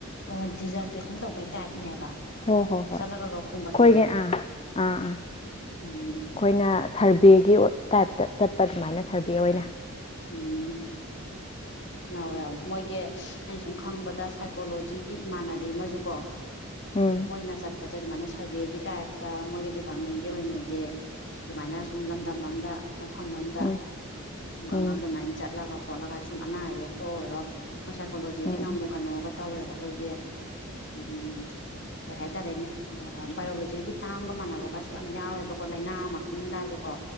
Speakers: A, on the left; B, on the left.
A: ꯑꯣ ꯗꯤꯖꯥꯔꯇꯦꯁꯟ ꯇꯧꯕꯩ ꯇꯥꯏꯞꯅꯦꯕ
B: ꯍꯣꯏ ꯍꯣ ꯍꯣꯏ
A: ꯆꯠꯂꯒꯒ
B: ꯑꯩꯣꯏꯒ
A: ꯈꯣꯝꯒꯠꯄꯗꯣ
B: ꯑꯥ ꯑꯥ ꯑꯥ ꯑꯩꯈꯣꯏꯅ
A: ꯎꯝ
B: ꯁꯔꯚꯦꯒꯤ ꯇꯥꯏꯞꯇ ꯆꯠꯄ ꯑꯗꯨꯃꯥꯏꯅ ꯁꯔꯚꯦ ꯑꯣꯏꯅ
A: ꯎꯝ ꯌꯥꯎꯋꯦ ꯌꯥꯎꯋꯦ ꯃꯣꯏꯒꯤ ꯑꯩꯅ ꯁꯨꯝ ꯈꯪꯕꯗ ꯁꯥꯏꯀꯣꯂꯣꯖꯤꯒꯤ ꯏꯃꯥꯟꯅꯕꯤ ꯑꯃꯁꯨ ꯀꯣ
B: ꯎꯝ
A: ꯃꯣꯏꯅ ꯆꯠꯄꯁꯦ ꯑꯗꯨꯃꯥꯏꯅ ꯁꯔꯚꯦꯒꯤ ꯇꯥꯏꯞꯇ ꯃꯣꯏꯒꯤ ꯗꯤꯄꯥꯔꯠꯃꯦꯟꯒꯤ ꯑꯣꯏꯅꯗꯤ ꯑꯗꯨꯃꯥꯏꯅ ꯁꯨꯝ ꯂꯝꯗꯝ ꯑꯃꯗ ꯃꯐꯝ ꯑꯗ
B: ꯎꯝ
A: ꯈꯨꯡꯒꯪ
B: ꯎꯝ
A: ꯑꯗꯨꯃꯥꯏꯅ ꯆꯠꯂꯒ ꯈꯣꯠꯂꯒ ꯁꯨꯝ ꯑꯅꯥ ꯑꯌꯦꯌꯦꯛꯛꯇ ꯑꯣꯏꯔꯣ ꯃꯣꯏ ꯁꯥꯏꯀꯣꯂꯣꯖꯤꯒꯤ
B: ꯎꯝ
A: ꯅꯝꯃꯨ ꯀꯩꯅꯣꯒ ꯇꯧꯋꯦꯕ ꯑꯩꯈꯣꯏꯒꯤ ꯎ ꯀꯩ ꯍꯥꯏꯇꯥꯔꯦꯅꯦ ꯕꯥꯏꯌꯑꯣꯂꯣꯖꯤꯒꯤ ꯇꯥꯒ ꯆꯃꯥꯟꯅꯕ ꯀꯥꯏꯁꯨ ꯌꯥꯝ ꯌꯥꯎꯋꯦꯕꯀꯣ ꯂꯥꯏꯅꯥ ꯃꯈꯜꯒꯥꯁꯦꯀꯣ